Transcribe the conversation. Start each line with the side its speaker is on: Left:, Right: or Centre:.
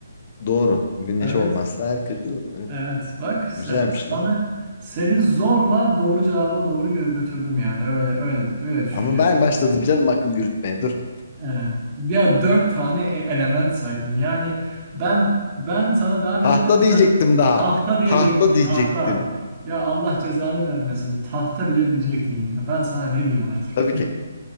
Left: Doğru. Güneş
Right: Evet.
Left: olmazsa herkes... Evet,
Right: Evet. Bak
Left: Güzelmiş
Right: se- sana
Left: lan.
Right: seni zorla doğru cevaba doğru gö- götürdüm yani. Öyle öyle öyle düşün
Left: Ama
Right: yani.
Left: ben başladım canım akıl yürütmeye. Dur.
Right: Evet. Ya dört tane e- element saydın. Yani ben ben sana devam
Left: Tahta
Right: ettim. Mesela
Left: diyecektim daha.
Right: tahta diyecektin
Left: Tahta diyecektim.
Right: tahta. Ya Allah cezanı vermesin. Tahta bile diyecektin ya. Ben sana ne diyeyim artık?
Left: Tabii
Right: <laughs>
Left: ki.